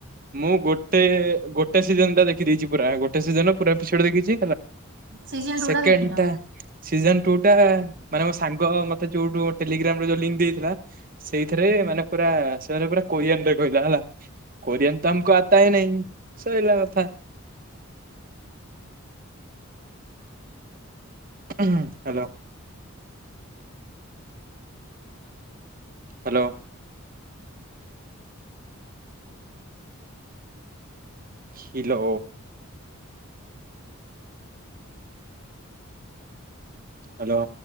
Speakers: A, on the right; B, on the right.
A: ମୁଁ ଗୋଟେ ଗୋଟେ ସିଜନ ଟା ଦେଖିଦେଇଛି ପୁରା ଗୋଟେ। ସେଦିନ ପୁରା ଏପିସୋଡ ଦେଖିଚି
B: ସିଜନ ଟୁ
A: ସେକେଣ୍ଡ୍
B: ଦେଖିନ?
A: ଟା। ସିଜନ୍ ଟୁଟା ମାନେ ମୋ ସାଙ୍ଗ ମତେ ଯୋଉଟୁ ଟେଲିଗ୍ରାମ୍ ରେ ଯୋଉ ଲିଙ୍କ୍ ଦେଇଥିଲା ସେଇଥିରେ ମାନେ ପୁରା ସେମାନେ ପୁରା କୋରିଆନ୍ ରେ କହିଲା ହେଲା କୋରିଆନ୍ ତ ଆମକୁ ଆତା ହେ ନେହିଁ ସଇଲା କଥା। ହାଲୋ। ହାଲୋ। ହିଲୋ। ହାଲୋ।